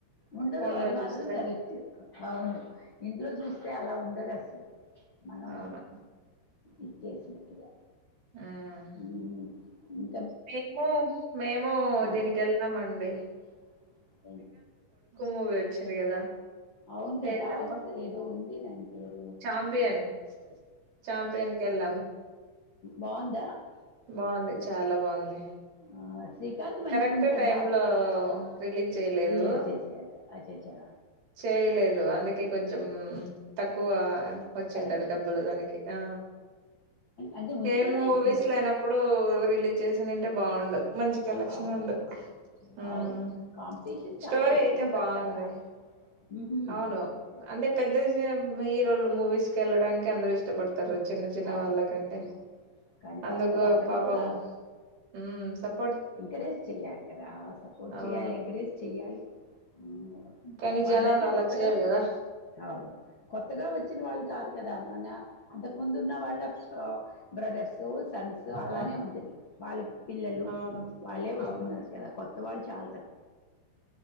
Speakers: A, on the left; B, on the right.
A: ఉండదు
B: ఫోన్ లో
A: అది
B: చూస్తే
A: మాత్రం కరెక్ట్ అవును ఇంట్లో చూస్ తే అలా ఉండదండి మనం
B: అవును
A: ఇచ్చేసినట్టుగా
B: హ్మ్
A: అ ఉ
B: మేము మేము దీనికి
A: చెప్పండి
B: వెళ్తామండి
A: <inaudible>
B: మూవీ వచ్చింది కదా
A: అవును కదా
B: ఏదబ్బా
A: అస ఏదో ఉంది దాని పేరు
B: చాంపియన్ చాంపియన్ కి వెళ్ళాం
A: బాగుందా
B: బాగుంది చాలా బాగుంది
A: ఆ, శ్రీకాంత్ మంచిగా
B: కరెక్ట్
A: ఉంటాడు
B: టైమ్
A: బాగా
B: లో రిలీజ్ చేయలేదు
A: రిలీజ్ చేశారు అచ్చా
B: చేయలేదు అందుకే కొంచం తక్కువ వచ్చిందట
A: కలెక్షన్స్
B: డబ్బులు దానికి ఆ
A: అంటే ఉంది
B: ఏం
A: కదా
B: మూవీస్
A: ఇప్పుడు
B: లేనప్పుడు <unintelligible> రిలీజ్ చేసిన అంటే బాగుండు మంచి కలెక్షన్
A: అవునవును
B: ఉండు ఉమ్.
A: అవును కా <unintelligible> చాలా
B: స్టోరీ
A: ఎక్కువ
B: అయితే
A: ఉంటది
B: బాగుంది
A: కదా ఉహుం.
B: అవును
A: ఓకే
B: అంటే
A: ఓకే
B: పెద్ద హీరోలు మూవీస్. కెల్లడానికి అందరూ ఇష్టపడుతారు. <unintelligible> చిన్న చిన్న
A: అవునవును
B: వాళ్ళకంటే
A: కానీ
B: అందుకు
A: పాపం వాళ్ళని
B: పాపం.
A: కూడా
B: హ్మ్ చెప్
A: ఎంకరేజ్ చెయ్యాలి కదా? సపోర్ట్
B: అవును
A: చేయాలి, ఎంకరేజ్ చెయ్యాలి. అ <unintelligible>
B: కానీ
A: వాళ్ళంటే
B: జనాలు అలా
A: కొత్తగా
B: చేయరు కదా
A: అవు కొత్తగా వచ్చిన వాళ్ళు కాదు. కదా! మన అంతకు ముందు ఉన్న వాళ్ళ బ్రదర్స్. సో సన్స్అలానే
B: ఆ
A: ఉంటది వాళ్ళ పిల్లలు.
B: అవును
A: వాళ్ళే వస్తున్నారు
B: అవును
A: కదా కొత్త వాళ్ళు చాల్